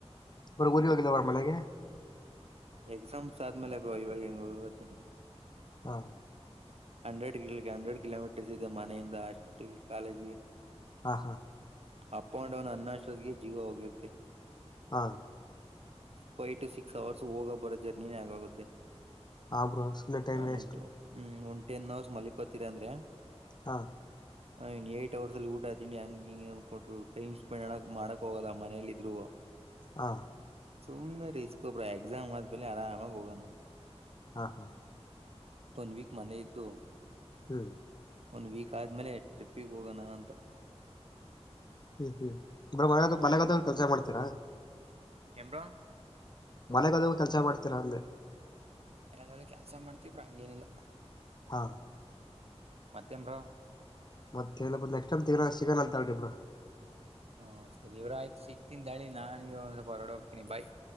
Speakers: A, on the left; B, on the right.
A: ಬರಗುರಿ ವೋಗಲ್ಲ ಅವರ ಮನೆಗೆ
B: ಎಕ್ಸಾಮ್ ಸಾ ಮಲೆಭಾಗಂಗತ್ತ
A: ಹಾ
B: ಹಂಡ್ರೆಡ್ ಕಿಲೋಮಿಟರ್ ಹಂಡ್ರೆಡ್ ಕಿಲೋಮೀಟರ್ಸ್ ಇದೆ ಮನೆಯಿಂದ ಅಷ್ಟು ಕಾಲೇಜಿಗೆ
A: ಹಾ ಹಾ
B: ಅಪ್ ಅಂಡ್ ಡೌನ್ ಅನ್ನಾಶ್ರತೆಗೆ ಜೀವ ಹೋಗಿರುತ್ತೆ
A: ಹಾ
B: ಫೈವ್ ಟು ಸಿಕ್ಸ್ ಅವರ್ಸ್ ಹೋಗ ಬರೋ ಜರ್ನಿನೇ ಆಗಾಗುತ್ತೆ
A: ಹಾ ಬ್ರೋ ಸುಮ್ಮನೆ ಟೈಮ್
B: ಹ
A: ವೇಸ್ಟ್
B: ನಟ್ಟು ಹ್ಮ್ ಒ ಟೆನ್ ಅವರ್ಸ್ ಮಲ್ಲಿಕೂತೀರ ಅಂದ್ರೆ
A: ಹಾ
B: ಹ್ನ್ ಏಟ್ ಅವರ್ ಅಲ್ಲಿ ಊಟಾತನಿ ಹಂಗ ಹಿಂಗ ಅಂದನ್ಕಟ್ರು ಟೈಮ್ ಸ್ಪೆಂಡ್ ಅಣಕ್ ಮಾಡಕ್ ಹೋಗಲ್ಲ ಮನೇಲ್ಲ ಇದ್ರು
A: ಹಾ
B: ಸುಮ್ಮ್ನೆ ರೀಸ್ಕೊ ಬ್ರೋ ಎಕ್ಸಾಮ್ ಆದ್ಮೇಲೆ ಆರಾಮಾಗಿ ಹೋಗೋಣ ಅಂತ
A: ಹಾ ಹಾ
B: ಒನ್ ವೀಕ್ ಮನೆ ಇದ್ದು
A: ಹ್ಮ್
B: ಒನ್ ವೀಕ್ ಆದ್ಮೇಲೆ ಟ್ರಿಪ್ಪಿಗೆ ಹೋಗೋಣ ಅಂತ
A: ಹ್ಮ್ ಹ್ಮ್ ಬ್ರೊ ಮ
B: ನಾನು
A: ಮನಗಾದ ಕೆಲಸ ಮಾಡ್ತೀರಾ
B: ಏನ್ ಬ್ರೋ
A: ಮನೆಗ ಹದ ಕೆಲ್ಸ ಮಾಡ್ತೀರ ಅಂದೆ
B: ಯ್ರೂ ಕೆಲ್ಸ ಮಾಡ್ತವ್ರ ಹಂಗೇನಿಲ್ಲ
A: ಹಾ
B: ಮತ್ತ ಏನ್ ಬ್ರೋ
A: ಮತ್ತೆ ಇ ನೆಕ್ಸ್ಟ್ ಟೈಮ್ ತಗೋ ಸಿಗಣ ಅಂತ ಹೇಳಿಬ್ರು
B: ಹ್ಮ ಸರಿ ಇವ್ರ ಆಯ್ತು ಸಿಗ್ತನ್ಳಿ ನಾನವ ಒಂದ್ ಸ್ವಲ್ ಹೊರಡ ಹೋಗ್ತೀನಿ ಬಾಯ